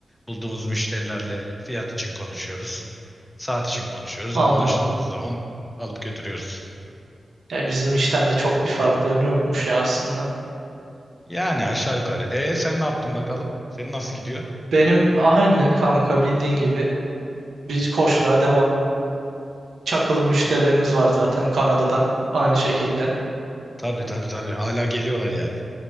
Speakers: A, on the left; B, on the right.
A: Bulduğumuz müşterilerle fiyat için konuşuyoruz. Saat için konuşuyoruz.
B: anladım.
A: Anlaştığımız zaman alıp götürüyoruz.
B: E, bizim işten de çok bir farklı yanı yokmuş ya aslında.
A: Yani aşağı yukarı. E sen ne yaptın bakalım? Senin nasıl gidiyor?
B: Benim aynı kanka bildiğin gibi. Biz koçluğa devam. Çakılı müşterilerimiz var zaten Kanada'dan. Aynı şekilde.
A: Tabii tabii tabii. Hala geliyorlar yani.